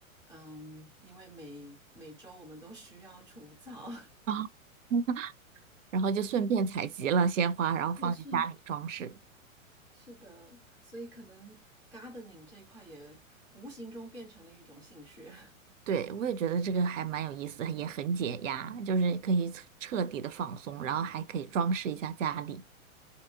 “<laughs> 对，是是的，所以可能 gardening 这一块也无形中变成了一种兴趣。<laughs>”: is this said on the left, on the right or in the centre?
Centre